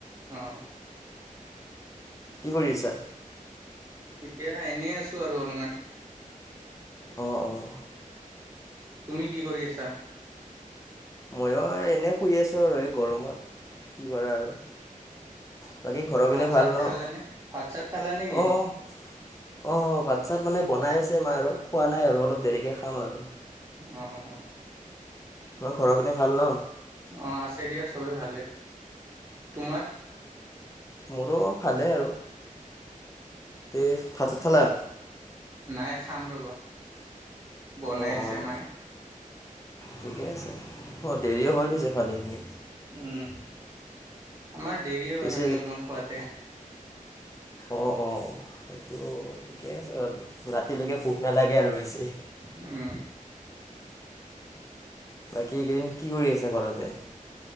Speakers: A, on the right; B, on the left.
A: অ',
B: কি কৰি আছা?
A: এতিয়া এনেই আছো আৰু অলপমান
B: অ', -অ',
A: তুমি কি কৰি আছা?
B: ময়ো এনেই শুই আছোঁ আৰু এই গৰমত কি কৰা আৰু বাকী ঘৰহ পিনে
A: ভাত
B: ভাল
A: চাত
B: ন',
A: খালানে ভাত চাত খালা নেকি
B: অ', -অ', ভাল। ভাত চাত মানে বনাই আছে মই আৰু খোৱা নাই আৰু অলপ দেৰিকে খাম আৰু
A: অ', -অ',
B: তোমাৰ ঘৰৰপিনে ভাল ন?
A: অ', আছে দিয়া সবেই ভালে। তোমাৰ
B: মোৰো ভালেই আৰু তে ভাত চাত খালা?
A: নাই খাম ৰ'বা বনাই
B: অঁ
A: আছে
B: অঁ
A: মায়।
B: ঠিকে আছে অ', দেৰিয়ে হ'ল পিছে ভালেখিনি
A: উম আমাৰ দেৰিয়েই
B: পিছে
A: হয় মানে অলপমান খোৱাতে।
B: অ', -অ', সেইটো ঠিকে আছে বাৰু ৰাতিলৈকে ভোক নালাগে আৰু বেছি।
A: উম
B: বাকী এইকেইদিন কি কৰি আছা ঘৰতে?